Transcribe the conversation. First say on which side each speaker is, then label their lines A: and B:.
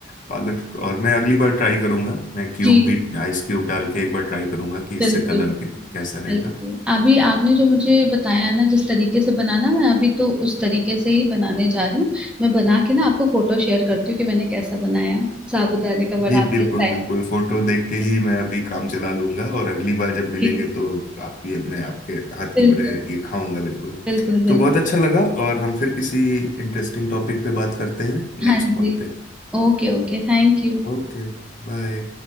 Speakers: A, on the left; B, in the centre.
A: पालक और मैं अगली बार ट्राई करूंगा मैं क्यूब
B: जी
A: भी आइस क्यूब डाल के एक बार ट्राई करूंगा कि इससे
B: बिल्कुल
A: कलर
B: बिल्कुल
A: कैसा रहेगा
B: बिल्कुल। अभी आपने जो मुझे बताया ना जिस तरीके से बनाना मैं अभी तो उस तरीके से ही बनाने जा रही हूँ मैं बना के ना आपको फोटो शेयर करती हूँ कि मैंने कैसा बनाया साबूदाने का वड़ा
A: जी
B: आपके
A: बिल्कुल
B: स्टाइल
A: बिल्कुल फोटो देख के
B: <laughs>
A: ही मैं अभी काम चला लूंगा और अगली बार जब मिलेंगे
B: जी
A: तो आप ये मैं आपके हाथ
B: बिल्कुल
A: की बने ये खाऊंगा बिल्कुल
B: बिल्कुल बिल्कुल
A: तो बहुत अच्छा लगा और हम फिर किसी इंटरेस्टिंग टॉपिक पे बात करते हैं
B: हाँ
A: नेक्स्ट
B: जी
A: कॉल पे
B: Okay okay thank you
A: ओके बाय